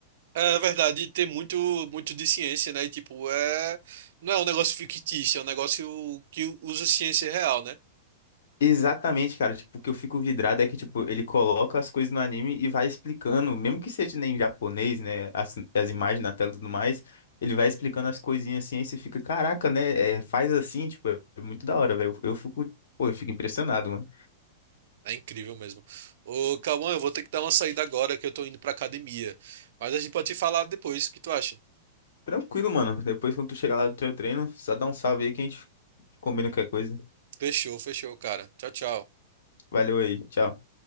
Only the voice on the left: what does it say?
Exatamente, cara. Tipo, o que eu fico vidrado é que, tipo, ele coloca as coisas no anime e vai explicando, mesmo que seja nem em japonês, né? As, as imagens na tela e tudo mais, ele vai explicando as coisinhas assim, aí você fica, caraca, né? é, faz assim, tipo, é é muito da hora, velho. Eu fico, pô, eu fico impressionado, mano.
Tranquilo, mano. Depois, quando tu chegar lá do teu treino, só dá um salve aí que a gente combina qualquer coisa.
Valeu aí, tchau.